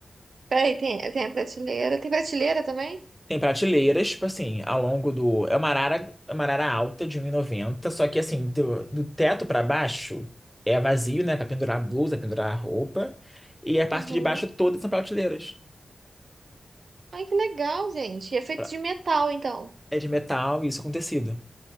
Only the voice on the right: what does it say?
Peraí, tem, tem a prateleira. Tem prateleira também?
Uhum.
Ai, que legal, gente. E É feito
de metal, então.